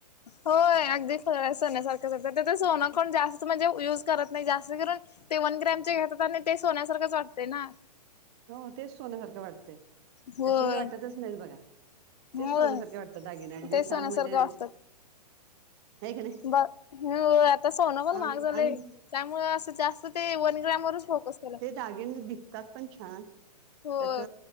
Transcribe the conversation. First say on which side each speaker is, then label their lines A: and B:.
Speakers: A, on the left; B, on the right.
A: होय अगदी फयचसारखं सत तर सोनं कोण जास्त म्हणजे युज करत नाही जास्त करून ते वन ग्रॅम चे घेतात आणि ते सोन्यासारखंच वाटते ना
B: हो तेच सोन्यासारखं वाटते
A: होय.
B: असंही वाटतच नाही बघा ते
A: होय
B: सोन्यासारखे वाटतात दागिने अगदी
A: ते सोन्यासारखे
B: छान म्हणजे
A: वाटतात.
B: आहे की नाही
A: ब आता सोनं पण महाग
B: आणि
A: झालंय
B: आणि
A: त्यामुळे असं जास्त तर ते वन ग्रामवररच फोकस केलं
B: जागे दिसतात पण छान
A: हो.
B: त्याच